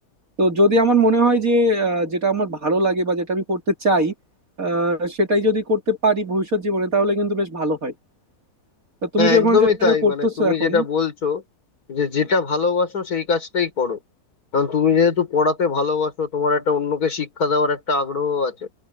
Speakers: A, on the right; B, on the left.
A: তো যদি আমার মনে হয় যে আহ, যেটা আমার ভালো লাগে বা যেটা আমি করতে চাই আহ, সেটাই যদি করতে পারি ভবিষ্যৎ জীবনে তাহলে কিন্তু বেশ ভালো হয় তো তুমি
B: হ্যাঁ
A: যখন
B: একদমই
A: যেটা
B: তাই
A: করতেছো
B: মানে তুমি
A: এখন
B: যেটা বলছো যে যেটা ভালোবাসো সেই কাজটাই করো কারণ তুমি যেহেতু পড়াতে ভালোবাসো তোমার একটা অন্যকে শিক্ষা দেওয়ার একটা আগ্রহ আছে